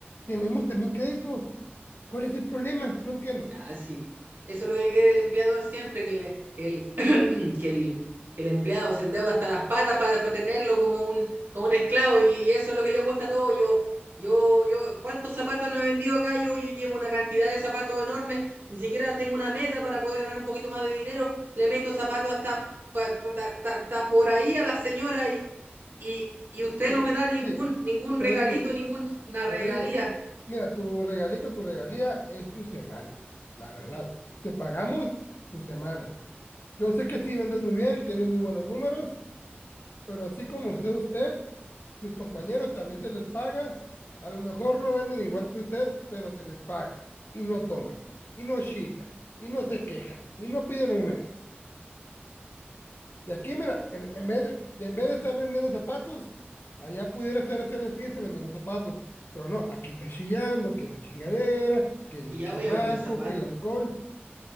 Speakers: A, on the left; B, on the right.
A: Tenemos también crédito. ¿Cuál es el problema? No entiendo.
B: Ah, sí. Eso es lo que quiere el empleador siempre, que, le, que, el, <clears throat> que el, el empleado se endeuda hasta las patas para, para tenerlo como un, como un esclavo y, y eso es lo que le gusta a todo. Yo, yo, yo, ¿cuántos zapatos no he vendido acá? Yo, yo llevo una cantidad de zapatos enorme, ni siquiera tengo una meta para poder ganar un poquito más de dinero. Le meto zapatos hasta, pa- pa- ta- ta- ta por ahí a la señora y, y, y usted
A: Sí,
B: no me da ningún,
A: sí.
B: ningún
A: Rodrigo,
B: regalito, ninguna
A: Rodrigo,
B: regalía.
A: yo- mira, tu regalito, tu regalía es tu semana, la verdad. Te pagamos tu semana. Yo sé que sí vendes muy bien, tienes muy buenos números, pero así como usted, usted, sus compañeros también se les paga. A lo mejor no venden igual que usted, pero se les paga. Y no toman, y no chillan, y no se quejan, y no piden aumentos. Y aquí, mira, en, en vez de, en vez de estar vendiendo zapatos, allá pudiera estar, estar en el piso vendiendo zapatos. Pero no, aquí está chillando, que la chingadera, que el
B: Y ya
A: chamaco,
B: voy a vender zapatos.
A: que el alcohol.